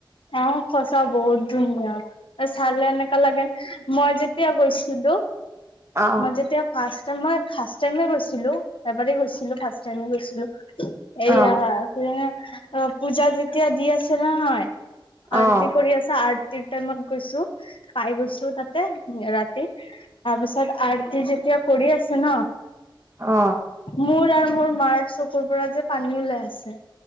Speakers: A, on the left; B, on the right.
A: অ সচা বহুত ধুনীয়া চালে এনেকা লাগে মই যেতিয়া গৈছিলো
B: আহ
A: মই যেতিয়া ফা মই ফাৰ্ষ্ট টাইম এ গৈছিলো এবাৰেই গৈছিলো ফাৰ্ষ্ট টাইম এ গৈছিলো এইয়া
B: আহ
A: সেইয়া অ পূজা যেতিয়া দি আছে নহয় আৰতি
B: আহ
A: কৰি আছে আৰ ৰাতিৰ টাইমত গৈছো পাই গৈছো তাতে ৰাতি তাৰপিছত আৰতি যে যেতিয়া কৰি আছে ন
B: অ
A: মোৰ আৰু মোৰ মাৰ চকুৰ পৰা যে পানী ওলাই আছে